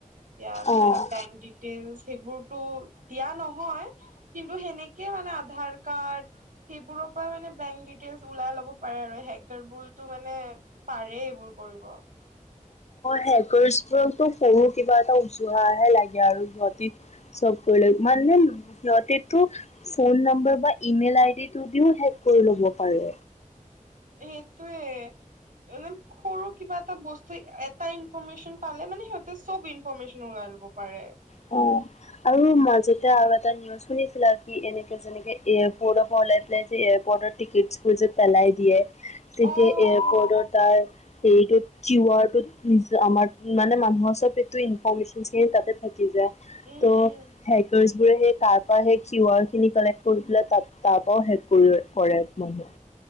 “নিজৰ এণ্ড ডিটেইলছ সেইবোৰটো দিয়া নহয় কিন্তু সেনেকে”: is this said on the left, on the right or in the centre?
Right